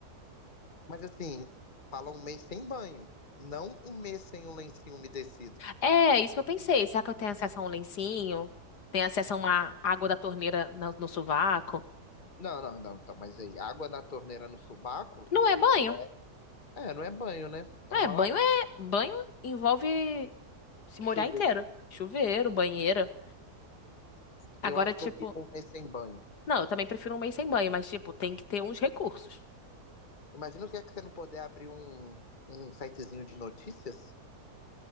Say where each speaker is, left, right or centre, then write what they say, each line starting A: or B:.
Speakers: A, on the left (about 30°); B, on the left (about 85°).
A: Mas assim, fala um mês sem banho, não um mês sem um lencinho umedecido.
B: É, é isso que eu pensei. Será que eu tenho acesso a um lencinho? Tenho acesso a uma água da torneira no, no sovaco?
A: Não, não, não, então, mas aí, água na torneira no subaco?
B: Não é banho.
A: É, é, não é banho, né? É
B: É,
A: uma
B: banho
A: lavagem.
B: é. Banho envolve se
A: Chuveiro.
B: molhar inteiro. Chuveiro, banheira. Agora,
A: Eu acho
B: tipo.
A: que eu fico um mês sem banho.
B: Não, eu também prefiro um mês sem banho, mas, tipo, tem que ter uns recursos.
A: Imagina o que é que você não poder abrir um, um sitezinho de notícias?